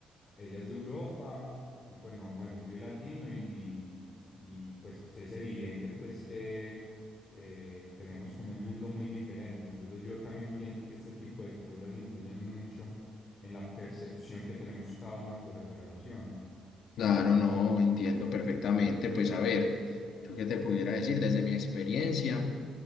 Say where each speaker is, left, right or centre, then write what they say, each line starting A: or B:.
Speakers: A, on the left (about 35°); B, on the left (about 70°).
A: ella es de Europa y bueno, bueno, yo soy latino y y pues es evidente pues que eh, tenemos como un mundo muy diferente. Entonces yo también pienso que este tipo de cosas influyen mucho en la percepción que tenemos cada uno sobre la relación.
B: Claro, no, entiendo perfectamente. Pues a ver, yo qué te pudiera decir desde mi experiencia.